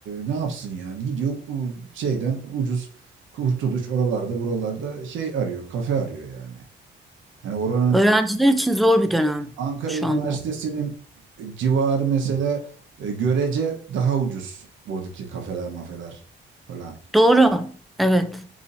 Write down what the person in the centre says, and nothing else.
Öğrenciler için zor bir dönem
şu
anda.
Doğru. Evet.